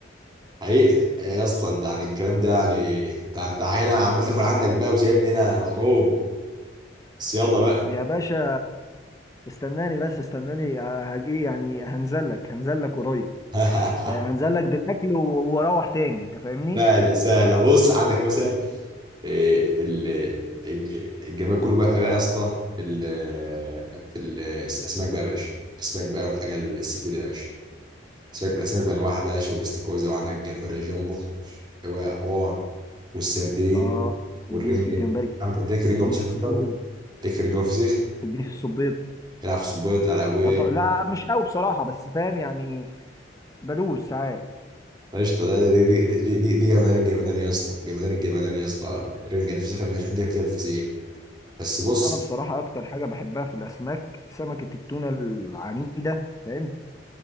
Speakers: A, on the right (about 25°); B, on the left (about 20°).
A: حقيقة ايه يا اسطى انت عن الكلام ده يعني انت انت هنا عمال تاكل عندك بقى وسايبني هنا محروم بس يلا بقى
B: يا باشا استناني بس استناني هجي يعني هنزل لك هنزل لك قريب
A: <laughs>
B: هنزل لك بالاكل و- واروح تاني انت فاهمني
A: سهلة سهلة بص عندك مثلا إيه، ال- الج- الجمال كله بقى بقى يا اسطى في ال في الاسماك بقى يا باشا الاسماك بقى والحاجه السي فود يا باشا الاسماك الاسماك بانواعها بقى يا باشا والاستاكوزا وعندك الجمبري جامبو هو حوار والسردين
B: اه اديني
A: والرنجة
B: في الجمبري
A: عملت انت ليك في رنجة
B: اديني
A: وفسيخ
B: في <laughs> السي
A: اصلا
B: فود
A: ليك في رنجة والفسيخ
B: اديني في الصبيط
A: العب في صبيط على هواي
B: أط- لا مش قوي بصراحة بس فاهم يعني بدوس ساعات
A: قشطة ده دي دي دي, دي, دي جمدان الجمدان يا اسطى جمدان الجمدان يا اسطى الرنجة الفسيخ لما مش قد كده الفسيخ بس بص
B: انا بصراحة اكتر حاجة بحبها في الاسماك سمكة التونة العنيدة فاهم